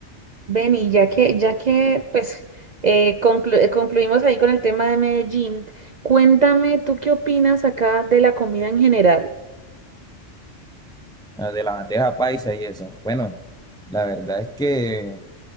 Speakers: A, on the right (about 50°); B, in the centre.
A: Benny, ya que, ya que pues eh, conclu- eh, concluimos ahí con el tema de Medellín, cuéntame tú qué opinas acá de la comida en general.
B: Ah, de la bandeja paisa y eso. Bueno. La verdad es que